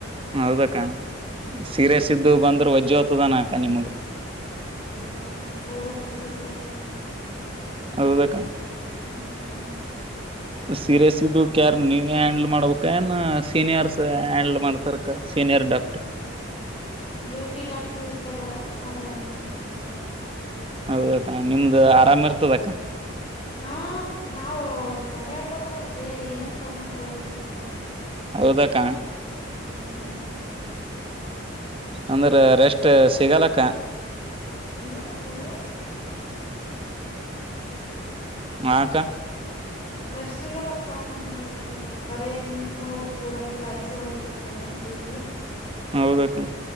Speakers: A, on the right; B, on the left.
A: ಹೌದಕ್ಕ ಸೀರಿಯಸ್ ಇದ್ದು ಬಂದ್ರೆ ವಜ್ಜಿಹೊತದಾನ ಅಕ್ಕ ನಿಮಗ.
B: ಆ ಕೂಡೊ ಪುರಸೊತ್ತಿರಲ್ಲ ನಮ್ಗಣ.
A: ಹೌದಕ್ಕ
B: ಹ್ಮ್
A: ಸೀರಿಯಸ್ ಇದ್ದು ಕೆರ್ ನೀವೆ ಹ್ಯಾಂಡ್ಲ್ ಮಾಡ್ಬೇಕ ಏನ್ ಸೀನಿಯರ್ಸ್ ಹ್ಯಾಂಡಲ್ ಮಾಡ್ತಾರಕ್ಕ ಸ ಡಾಕ್ಟರು.
B: ಡ್ಯೂಟಿ ಡಾಕ್ಟರ್ ಇರ್ತಾರ ಅವರು ಹ್ಯಾಂಡಲ್ ಮಾಡ್ತಾರ.
A: ಹೌದಕ್ಕ ನಿಮ್ದ ಆರಾಮ್ ಇರ್ತದ ಅಕ್ಕ.
B: ಹ ನಾವು ಓಡಾಡ್ಬೇಕಲ ಅವ್ರ ಕೈಯಾಗ ಏನನ್ನು ತೊಂಬಾ ಅಂದ್ರೆ ಎಲ್ಲ ಸ
A: ಹೌದಕ್ಕ.
B: ಹ್ಮ್
A: ಅಂದ್ರೆ ರೆಸ್ಟೆ ಸಿಗಲಕ್ಕ.
B: ಇಲ್ಲ ಸಿಗಲ್ಲ.
A: ಹಾಕ್ಕ.
B: ರೆಸ್ಟ್ ಸಿಗಲ್ಲಪ್ಪಾ ನಮ್ಗ ಬರೇ ನಿಂತ್ ಮಾಡಬೇಕ್ ಕೂಡಂಗಿಲ್ಲ ಐ ಸಿ ಒಳಗ ಇರತಲ್ಲಾ. ಡ್ಯೂಟಿ
A: ಹೌದಾ ಕ್ಕ